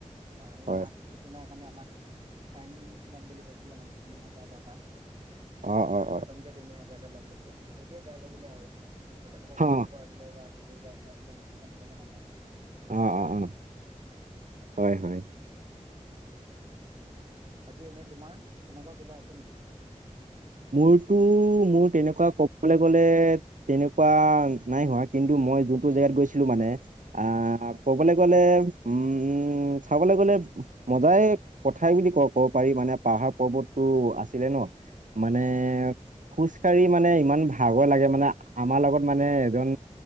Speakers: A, on the right; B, on the right.
A: তোমাৰ সেই
B: হয়,
A: মাস্ক <unintelligible> আমাক ফাইন লম বুলি কৈছিলে মানে তিনি হাজাৰ টকা।
B: অ',
A: পাৰ
B: অ', অ',
A: পাৰ্চন কে তিনি হাজাৰকে ল'ম বুলি কৈছিলে সেইটোৱে বেয়া লাগিলে আৰু বেলেগৰ পৰা
B: অ',
A: পৰি লোৱা বা হৰি কৰিব আহিলে এনেক লুটিব নাগে মানুহক।
B: অঁ অঁ অঁ হয় হয়।
A: বাকী এনেই তোমাৰ এনেকুৱা কিবা আছে নেকি?
B: মোৰতো মোৰ তেনেকুৱা ক'বলৈ গ'লে তেনেকুৱা নাই হোৱা কিন্তু মই যোনটো জেগাত গৈছিলো মানে আহ ক'বলৈ গ'লে উম চাবলৈ গ'লে মজাই কথাই বুলি ক ক'ব পাৰি মানে পাহাৰ পৰ্বতটো আছিলে ন। মানে
A: অ হয়
B: খোজ কাঢ়ি মানে ইমান ভাগৰ লাগে মানে আমাৰ লগত মানে এজন